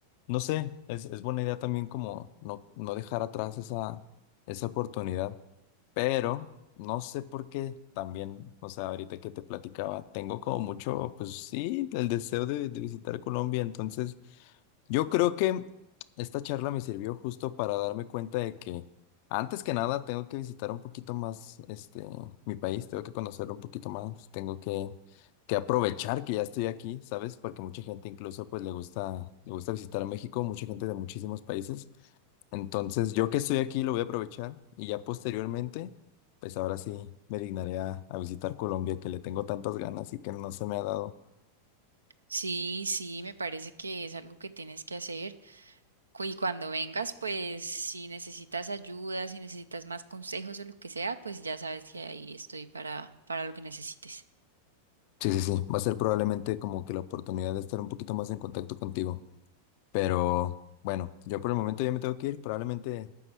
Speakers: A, on the left; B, on the right.
A: No sé, es, es buena idea también como no, no dejar atrás esa, esa oportunidad, pero no sé por qué también, o sea, ahorita que te platicaba, tengo como mucho, pues sí, el deseo de, de visitar Colombia, entonces yo creo que esta charla me sirvió justo para darme cuenta de que antes que nada tengo que visitar un poquito más este mi país, tengo que conocerlo un poquito más, tengo que, que aprovechar que ya estoy aquí, ¿sabes? Porque mucha gente incluso pues le gusta le gusta visitar México, mucha gente de muchísimos países. Entonces, yo que estoy aquí lo voy a aprovechar y ya posteriormente pues ahora sí me dignaré a, a visitar Colombia que le tengo tantas ganas y que no se me ha dado.
B: Sí, sí, me parece que es algo que tienes que hacer. cu- Y cuando vengas, pues si necesitas ayuda, si necesitas más consejos o lo que sea, pues ya sabes que ahí estoy para, para lo que necesites.
A: Sí, sí, sí. Va a ser probablemente como que la oportunidad de estar un poquito más en contacto contigo. Pero bueno, yo por el momento ya me tengo que ir. Probablemente